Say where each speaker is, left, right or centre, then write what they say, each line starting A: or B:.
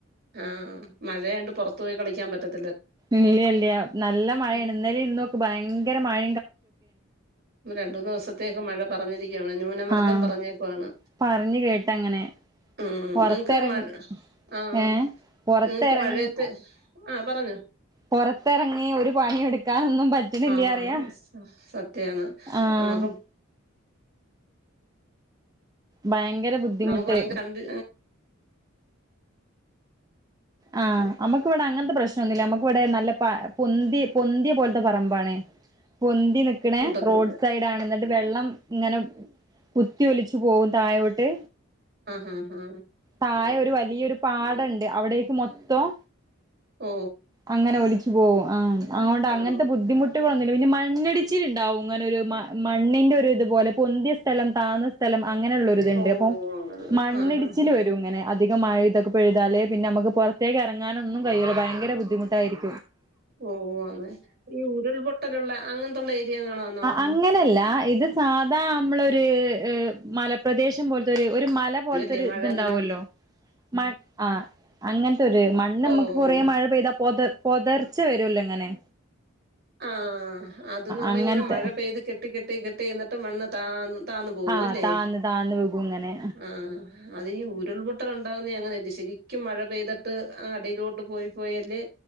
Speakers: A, on the right (about 55°); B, on the right (about 20°).
A: ആഹ മഴയണ്ട് പുറത്ത് പോയി കളിക്കാൻ പറ്റത്തി
B: ഇല്ലല്ല നല്ല മഴാണ്
A: ഉം
B: ഇന്നല ഇന്നൊക്കെ ഭയങ്കര മഴ
A: രണ്ട് മൂന്ന് ദിവസത്തേക്ക് മഴ പറഞ്ഞിരിക്കും പറഞ്ഞേ ക്കേണ് ന്യൂനമർദ്ദം
B: ആഹ്
A: പറഞ്ഞേക്കാണ്
B: പറഞ്ഞ് കേട്ടങ്ങനെ
A: ഉ
B: പൊറത്തെറങ്ങി
A: നിങ്ങക്ക് മഴ ആ്
B: ഏഹ് പൊറത്തെറങ്ങി
A: നിങ്ങക്ക് മഴയത്ത് ആ പറഞ്ഞോ
B: പുറത്തിറങ്ങി ഒരു പണിയ എടുക്ക ക്കാനൊന്നും പറ്റണില്ല
A: ആ
B: അറിയാ
A: സ സത്യാണ്
B: ആഹ
A: നമുക്ക്
B: ഭയങ്കര ബുദ്ധിമുട്ട്
A: നമുക്ക് ഭയങ്കര കണ്ട്
B: ആഹ് നമ്മക്കിവിടെ അങ്ങനത്തെ പ്രശ്നൊന്നുല്ല നമ്മക്ക് ഇവിടെ നല്ല പ പൊന്തി പൊന്ത്യേ പോലത്തെ പറമ്പാണ് പൊന്തി ന്തി നിക്ക്ണെ
A: ബുദ്ധിമുട്ടൊന്നുമില്ല
B: റോഡ് സൈഡാണ് ന്ന്ട്ട് വെള്ളം ഇങ്ങനെ കുത്തി ഒലിച്ച് പോകും താഴോ ട്ട്
A: ആ ഹാ ഹാ
B: തായൊര് വലിയൊര് പാടണ്ട് അവിടേക്ക് മൊത്തം
A: ഓ
B: അങ്ങനെ ഒലി ച്ചു പോകും ആഹ് അങ്ങൊണ്ട്
A: ആ
B: അങ്ങനത്തെ ബുദ്ധിമുട്ടുകളൊന്നു പിന്നെ മണ്ണിടിച്ചില്ണ്ടാവും. ങ്ങനൊരു മണ്ണിന്റെ ഒര് ഇതുപോലെ പൊന്ത്യെ സ്ഥലം താന്ന സ്ഥലം അങ്ങനെള്ളൊരിത്ണ്ട്,
A: ഓഹ്
B: അപ്പൊ
A: അങ്ങനെ
B: മണ്ണിടിച്ചില്
A: ആഹ് ആഹ് ആഹ്
B: വെരും ഇങ്ങനെ അധികം മഴ ഇതൊക്കെ പെയ്താല് പിന്നെ മ്മക്ക് പൊറത്തേക്ക് എറങ്ങാനൊന്നും കഴിയൂല ഭയങ്കര ബുദ്ധിമുട്ടാരിക്കും.
A: ഓ അങ്ങനെ, ഈ ഉരുൾപൊട്ടലുള്ള അങ്ങൻത്തുള്ള ഏരിയെകളാന്നോ
B: അങ്ങനല്ല ഇത് സാധാ അമ്മളൊര് ഹ് മലപ്രദേശം പോലത്തൊര് ഒര് മല
A: ഇതുവല്ലേ
B: പോലത്തൊര്
A: മഴ
B: ത്ണ്ടാവൊല്ലോ
A: ഇങ്ങനെ
B: മൺ ആഹ് അങ്ങൻ ത്തൊര് മണ്ണ്മ്മക്ക്
A: ഓഹ്
B: കൊറേ
A: ഓഹ് ഓഹ്
B: മഴ പെയ്താ പൊത പൊതർച്ച വരോല്ലോങ്ങനെ
A: ആഹ് അത് ന്ന് പറഞ്ഞങ്ങനെ
B: അങ്ങനത്തെ
A: മഴ പെയ്ത് കെട്ടി കെട്ടി കെട്ടിന്ന്ട്ട് മണ്ണ് താന്ന് താന്ന് പോവോല്ലേ
B: ആ താന്ന് താന്ന് വികും ഇങ്ങനെ
A: ആഅതീ ഉരുൾ പൊട്ട് ട്ടൽ ഉണ്ടാവുന്നെ അങ്ങനെയല്ലേ, ശെരിക്കും മഴ പെയ്തിട്ട് അങ്ങടീലോട്ട് പോയി പോയല്ലേ